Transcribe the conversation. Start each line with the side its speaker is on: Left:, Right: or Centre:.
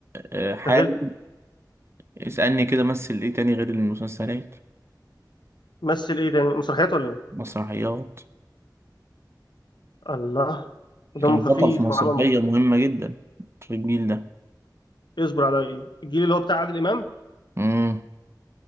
Right: أه حاول
Left: سهل
Right: اسألني كده مثل إيه تاني غير المسلسلات
Left: مثل ايه تاني مسرحيات ولا ايه
Right: مسرحيات
Left: الله دمه
Right: كان
Left: خفيف
Right: بطل في مسرحية
Left: وعمل مسرحيات
Right: مهمة جدا في الجيل ده
Left: اصبر عليا الجيل اللي هو بتاع عادل امام
Right: مم.